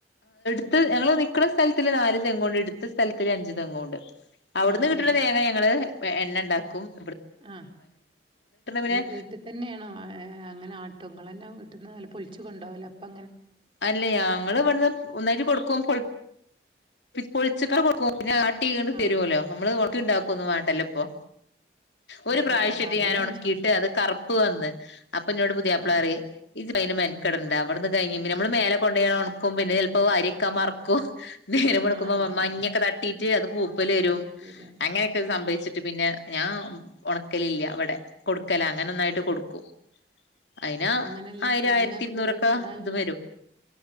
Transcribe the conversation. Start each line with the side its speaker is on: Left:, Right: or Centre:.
Left: ഇണ്ട് ഞങ്ങള് നിക്ണ സ്ഥലത്തില് നാല് തെങ്ങുണ്ട് എടുത്ത സ്ഥലത്തില് അഞ്ചു തെങ്ങുണ്ട് അവിടുന്ന്
Right: ആ
Left: കിട്ടുന്ന
Right: ശരി
Left: തേങ്ങ ഞങ്ങള് എണ്ണ ഉണ്ടാക്കും ക്കും
Right: ആ
Left: പിന്നെ
Right: ങ്ങെള് വീട്ടിതന്നെയാണോ ആ അങ്ങനെ ആട്ടും ങ്ങളന്നെ വീട്ടിന്ന് പൊളി ച്ചു കൊണ്ടാവലാപൊ
Left: അല്ല ഞങ്ങള് ഇവിടുന്ന് ഒന്നായിട്ട് കൊടുക്കും പൊളി പൊളിച്ചക്കാർ കൊടുക്കും പിന്നെ ആട്ടിങ്ങട്ട്
Right: ആ
Left: തരൂല്ലോ നമ്മള് ഒ ഇക്ക ഉണ്ടാകൊന്നും വേണ്ടല്ല ഇപ്പൊ. ഒരു
Right: അതെ
Left: പ്രാവശ്യമായിട്ട്
Right: അതെ അതന്നെ
Left: ഞാൻ ഉണക്കിയിട്ട്
Right: ചോദിച്ചെ
Left: അത് കറുപ്പ് വന്ന് അപ്പൊ എന്നോട് പുതിയാപ്പിള
Right: ആ
Left: പറയും. ഇജ് അയിന് മെനക്കെടേണ്ട ഇവിടുന്ന് കഴിഞ്ഞ പിന്നെ നമ്മള് മേലകൊണ്ടോയി ഒണക്കും പിന്നെ ചിലപ്പോ വാരി വെക്കാൻ മറക്കും. നേരംവെളുക്കുമ്പോ
Right: ആ അതന്നെ
Left: മ മഞ്ഞൊക്കെ തട്ടി ചേ അത് പോം പ്പലുരും
Right: ശരിയാണ്
Left: അങ്ങനെക്കെ സംഭച്ചിട്ട്
Right: ആ
Left: പിന്നെ ഞാം ഒണക്കലില്ല ഇവ്ടെ കൊടുക് ക്കലാ അങ്ങനൊന്നായിട്ട്
Right: ആ
Left: കൊടുക്കും അയിനാ
Right: അങ്ങനെയല്ല
Left: ആയിരആയിരത്തി
Right: തേങ്ങൊക്കെ
Left: ഇരുന്നൂറൊക്കെ
Right: കൊറേ ഉണ്ടാവലുണ്ടോ
Left: ത് വരും